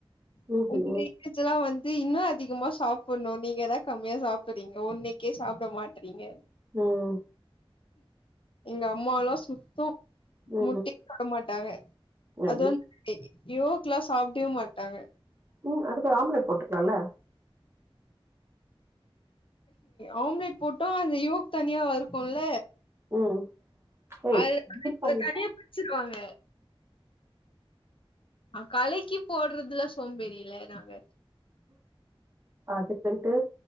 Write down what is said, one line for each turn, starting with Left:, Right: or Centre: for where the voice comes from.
Left: <inaudible>
Right: ம்ஹும்
Left: வந் து இன்னு அதிகமா சாப்புட்ணு நீங்க தா கம்மியா சாப்பட்றீங்க ஒன்னுக்கே சாப்ட மாட்டறீங்க
Right: உம்
Left: எங்கம்மால்லா சுத்தோ <inaudible>
Right: ம் ம்
Left: மாட் டாங்க
Right: ஐயோ!
Left: அது வந் <inaudible> யோக்ல்லா சாப்டவே மாட்டாங்க
Right: உம் அதுக்கு ஆம்ப்லேட் போட்டுக்கலால்ல
Left: ஆம்ப்லேட் போட்டோ அந்த யோக் தனியா இருக்குல்ல
Right: ம் ஏய்
Left: அத
Right: பீட் பண்ணிட்டு
Left: <inaudible> தனியா பிரிச்சிருவாங்க அஹ் கலக்கி போட்றதுல சோம்பேறியில்ல நாங்க
Right: அதுக்குன்ட்டு